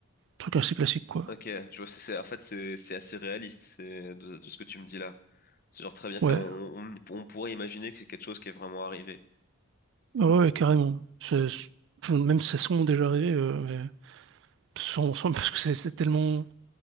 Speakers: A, on the right; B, on the left.
A: truc assez classique, quoi.
B: Ok, je vois, c'est, c'est- en fait, c'est c'est assez réaliste, c'est de, de ce que tu me dis là. C'est genre très bien fait.
A: Ouais,
B: On, on, on pourrait imaginer que c'est quelque chose qui est vraiment arrivé.
A: Ah ouais, ouais, carrément. C'est- c'est- je- même si ça sont déjà arrivé, euh, mais sans, sans- parce que c'est c'est tellement